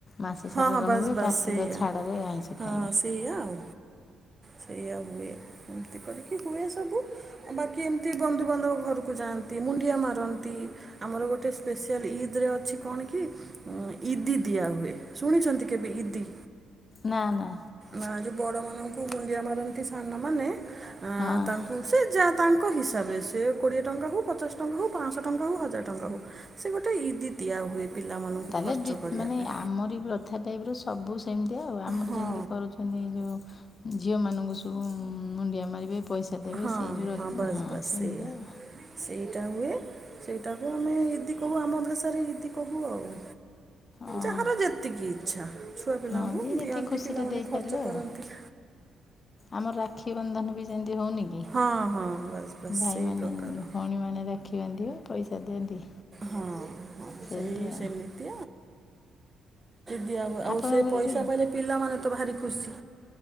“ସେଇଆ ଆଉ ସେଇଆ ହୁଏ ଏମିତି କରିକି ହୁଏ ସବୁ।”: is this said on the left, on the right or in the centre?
Right